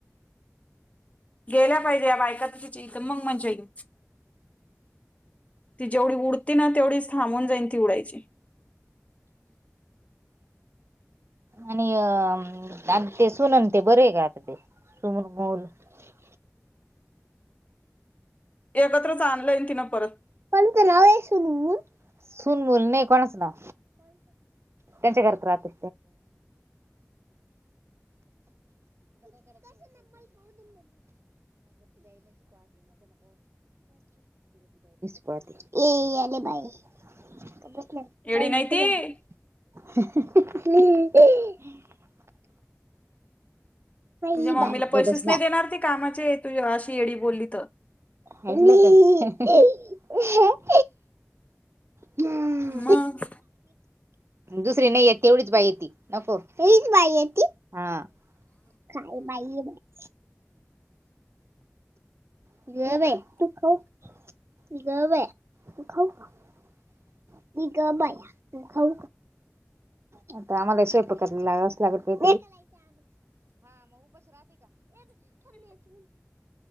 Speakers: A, on the left; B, on the right.
A: गेल्या पाहिजे. या बायका तिची इथं मग मजा येईल. ती जेवढी उडती ना तेवढीच थांबून जाईन, ती उडायची.
B: आणि अ आ ते सुन न ते बरं आहे का? <unintelligible> <inaudible>
A: एकत्रच आणलंय तिनं परत.
B: <unintelligible> सून मुल नाही, <unintelligible> कोणाचं नाव त्यांच्या घरात राहते. <unintelligible> <unintelligible> <unintelligible>
A: एडी नाही ती
B: <unintelligible>
A: तुझ्या
B: ही
A: मम्मीला
B: बाई
A: पैसेच
B: गप बस
A: नाही
B: ना
A: देणार, ती कामाचे तु ज अशी येडी बोलली तर.
B: <unintelligible> <unintelligible>
A: मग
B: दुसरी नाही य तेवढीच बाई हाय! ती. <unintelligible> <unintelligible> <unintelligible> <unintelligible> आता आम्हाला स्वयंपाकाला लागावचं लागेल,